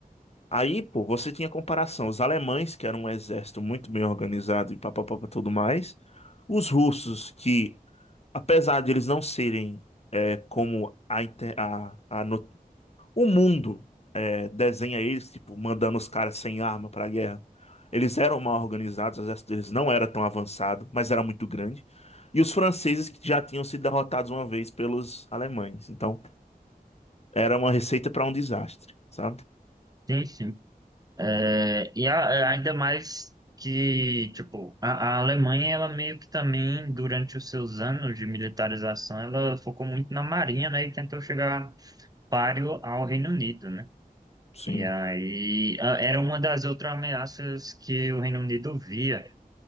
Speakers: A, on the left (about 45°); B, on the right (about 25°).
A: Aí, pô, você tinha comparação. Os alemães, que eram um exército muito bem organizado e papapá e tudo mais. Os russos, que, apesar de eles não serem é, como a, inter- a, a no- o mundo é, desenha eles, tipo, mandando os caras sem arma pra guerra, eles eram mal organizados, o exército deles não era tão avançado, mas era muito grande. E os franceses, que já tinham sido derrotados uma vez pelos alemães. Então, era uma receita pra um desastre, sabe?
B: Sim, sim. É, e a- é, ainda mais que, tipo, a, a Alemanha, ela meio que também, durante os seus anos de militarização, ela focou muito na marinha, né, e tentou chegar páreo ao Reino Unido, né?
A: Sim,
B: E aí a- era uma das outras ameaças que o Reino Unido via